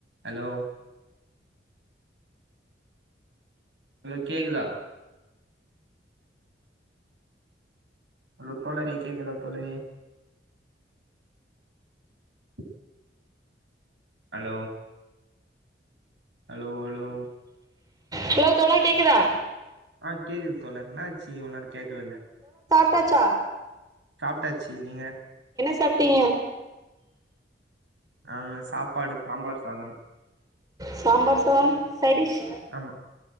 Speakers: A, on the right; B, on the right.
A: Allow hello கேக்குதா அத்தோளர கேக்கதா தளர <unintelligible> அலோ அலோ அலோ
B: ஹலோ தோளா கேக்குதா
A: ஆஹ் கேக்குது தோலர் என்ன ஆச்சு இவ்ள்நேர் கேக்கவே இல்ல
B: தச்சா
A: சாப்டாச்சி நீங்க
B: சாப்ட்டீங்க
A: ஆ சாப்பாடு சாம்பார் சாதம்
B: சாம்பார் சாதம் சைடிஷ்
A: ஆமா